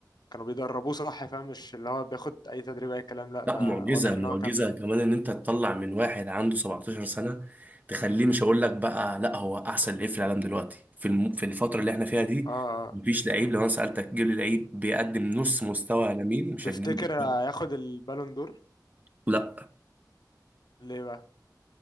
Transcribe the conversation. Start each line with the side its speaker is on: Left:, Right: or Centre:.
Left: كانوا بيدربوه صح فاهم مش اللي هو بياخد أي تدريب أي كلام لأ
Right: لا
Left: ده
Right: معجزة
Left: واضح إن
Right: معجزة
Left: هو كان
Right: كمان ان انت تطلع من واحد عنده 17 سنة تخليه مش هقول لك بقى لا هو احسن لعيب في العالم دلوقتي في الم... في الفترة اللي احنا فيها دي
Left: أه أه
Right: مفيش لعيب لو انا سألتك جيب لي لعيب بيقدم نص مستوى لامين مش
Left: تفتكر
Right: هتجيب
Left: هياخد البالون دور
Right: لا
Left: ليه بقى